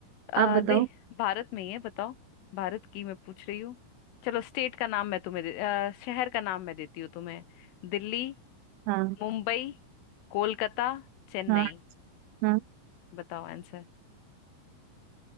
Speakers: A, on the left; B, on the right.
A: आ,
B: आप बताओ
A: दे भारत में ही है बताओ भारत की मैं पूछ रही हूँ चलो स्टेट का नाम मैं तुम्हें दे, अ, शहर का नाम मैं देती हूँ तुम्हें दिल्ली
B: हाँ
A: मुंबई कोलकाता चेन्नई
B: हाँ हाँ
A: बताओ आंसर